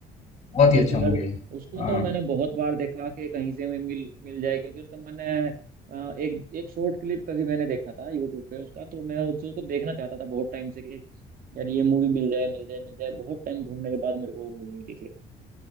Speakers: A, on the left (about 40°); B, on the right (about 60°).
A: बहुत
B: इंटरस्टेलर
A: ही अच्छा मूवी है
B: उसको
A: हाँ
B: तो मैंने बहुत बार देखा कि कहीं से भी मिल मिल जाए क्योंकि उसका मैंने अ, एक एक शॉर्ट क्लिप कभी मैंने देखा था यूट्यूब पे उसका तो मैं उसको देखना चाहता था बहुत टाइम से कि यार ये मूवी मिल जाए मिल जाए मिल जाए बहुत टाइम ढूंढने के बाद मेरे को वो मूवी मिली फिर